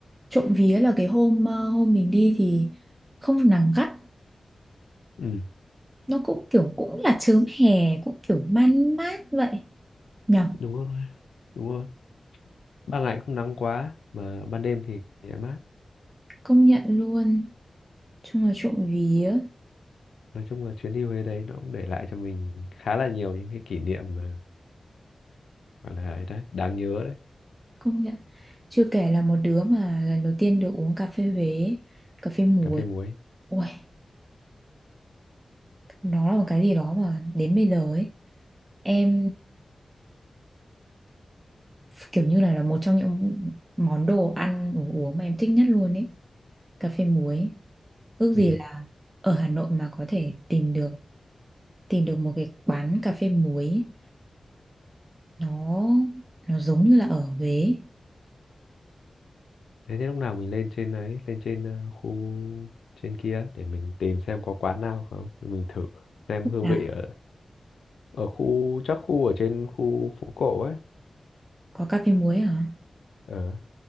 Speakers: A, on the right; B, on the left.
A: trộm vía là cái hôm ờ, hôm mình đi thì không nắng gắt
B: ừ
A: nó cũng kiểu cũng là chớm hè cũng kiểu man mát vậy nhở
B: đúng rồi đúng rồi ban ngày không nắng quá mà ban đêm thì lại mát
A: công nhận luôn chung là trộm vía
B: nói chung là chuyến đi Huế đấy nó cũng để lại cho mình khá là nhiều những cái kỷ niệm mà gọi là ấy đấy đáng nhớ đấy
A: Công nhận. Chưa kể là một đứa mà lần đầu tiên được uống cà phê Huế, cà phê muối.
B: cà phê muối
A: Ôi, nó là một cái gì đó mà đến bây giờ ấy, em kiểu như là là một trong những món đồ ăn đồ uống mà em thích nhất luôn ấy, cà phê muối. Ước gì
B: ừ.
A: là ở Hà Nội mà có thể tìm được tìm được một cái quán cà phê muối ấy. nó nó giống như là ở Huế.
B: thế thế lúc nào mình lên trên ấy lên trên ờ, khu trên kia để mình tìm xem có quán nào không để mình thử xem hương
A: À,
B: vị ở ở khu chắc khu ở trên khu phố cổ ấy
A: có cà phê muối hả?
B: ờ